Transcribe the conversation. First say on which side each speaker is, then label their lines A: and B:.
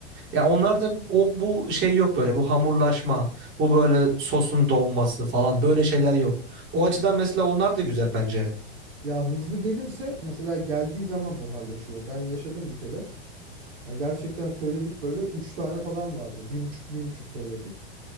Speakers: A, on the right; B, on the right.
A: Ya onlarda o bu şey yok böyle bu hamurlaşma, bu böyle sosun donması falan böyle şeyler yok. O açıdan mesela onlar da güzel bence.
B: Ya hızlı gelirse mesela geldiği zaman buharlaşıyor. Ben yaşadım bir kere. Ya gerçekten söyledik böyle 3 tane falan vardı. Bir buçuk bir buçuk söyledik.